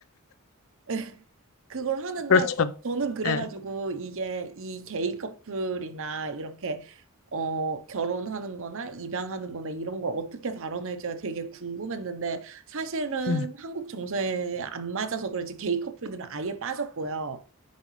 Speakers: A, on the right; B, on the left.
A: <laughs> 그걸 하는데
B: 그렇죠.
A: 저는 그래가지고
B: 예.
A: 이게 이 게이 커플이나 이렇게 어 결혼하는 거나 입양하는 거나 이런 걸 어떻게 다뤄낼지가 되게 궁금했는데 사실은
B: 음.
A: 한국 정서에 안 맞아서 그런지 게이 커플들은 아예 빠졌고요.